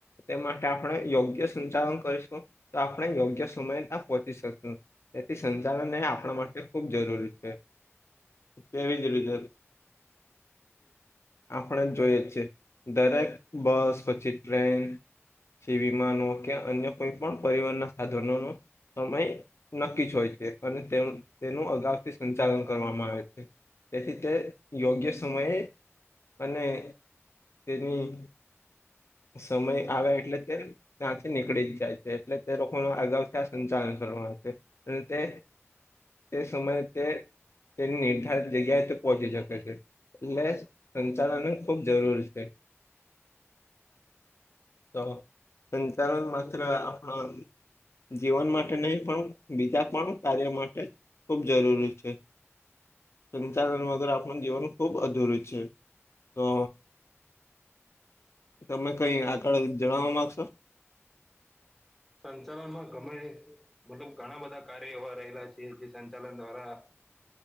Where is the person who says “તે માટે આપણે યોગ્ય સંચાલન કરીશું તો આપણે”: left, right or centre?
Left